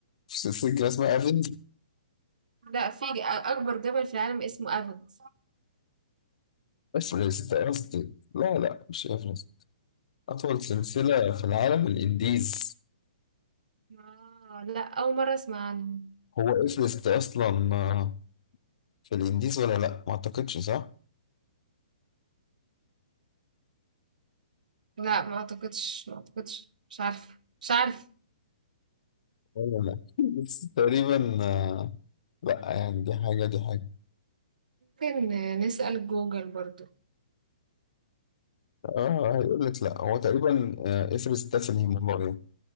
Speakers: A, on the left; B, on the right.
A: في سلسلة جبال اسمها أفنس؟
B: لا في ج- اكبر جبل في العالم اسمه افنس
A: أفرست قصدي لا لا مش أفرست أطول سلسلة في العالم الإنديز
B: آه لا اول مرة اسمع عنه
A: هو إفرست أصلا آه، في الانديز ولا لا ما اعتقدش صح
B: لا ما اعتقدش ما اعتقدش مش عارفة مش عارفة
A: ولا لا <laughs> بس تقريبا آه، لا يعني دي حاجه دي حاجه
B: ممكن نسأل جوجل برضو
A: اه هيقول لك لا هو تقريبا آه، اسم سلسله الهيمالايا